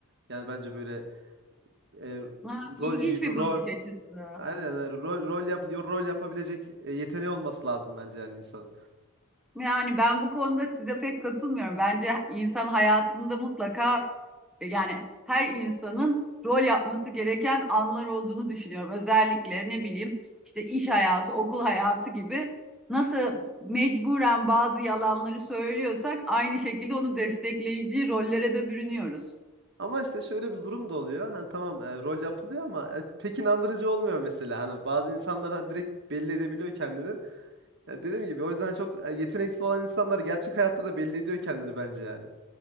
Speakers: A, on the right (about 50°); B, in the centre.
A: Yani bence böyle e,
B: Ha, ilginç
A: rol
B: bir bakış
A: rol
B: açısı.
A: aynen yani rol rol yap rol yapabilecek e, yeteneği olması lazım bence yani insanın.
B: Yani ben bu konuda size pek katılmıyorum. Bence insan hayatında mutlaka e, yani her insanın rol yapması gereken anlar olduğunu düşünüyorum. Özellikle ne bileyim işte iş hayatı, okul hayatı gibi nasıl mecburen bazı yalanları söylüyorsak aynı şekilde onu destekleyici rollere de bürünüyoruz.
A: Ama işte şöyle bir durum da oluyor. Hani tamam e, rol yapılıyor ama e, pek inandırıcı olmuyor mesela. Hani bazı insanlar hani direkt belli edebiliyor kendini. Ya dediğim gibi o yüzden çok e, yeteneksiz olan insanlar gerçek hayatta da belli ediyor kendini bence yani.